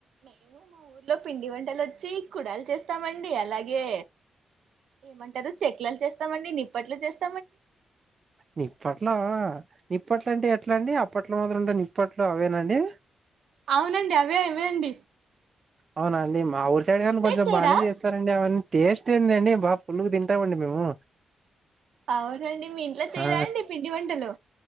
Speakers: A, on the right; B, on the right.
A: మేము మా ఊర్లో పిండి వంటలు వచ్చి కుడాలు చేస్తామండి అలాగే ఏమంటారు చెట్లలు చేస్తామండి నిప్పట్లు చేస్తాం
B: నిప్పట్ల నిప్పట్ల అంటే ఎట్లా అండి అప్పట్లో మా <unintelligible> అప్పట్లో అవేనండి
A: అవునండి అవే ఇవే అండి
B: అవున అండి మా ఊరు సైడ్
A: మీ
B: కానీ కొంచెం
A: చేయరా
B: బాగానే చేస్తారండి అవన్నీ టేస్ట్ ఏందండి బాగా పులుగు తింటామండి మేము
A: అవునండి మీ ఇంట్లో చేయరా
B: ఆ
A: అండి పిండి వంటలు